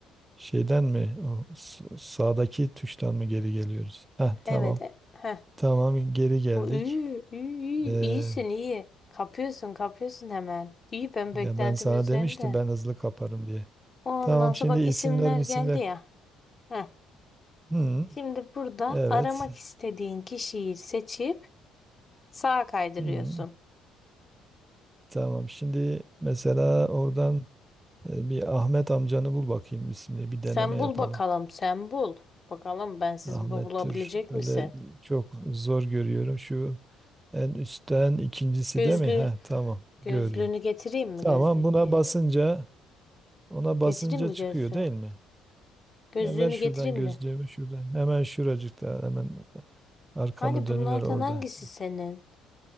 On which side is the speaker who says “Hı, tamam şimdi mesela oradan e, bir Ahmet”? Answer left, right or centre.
Right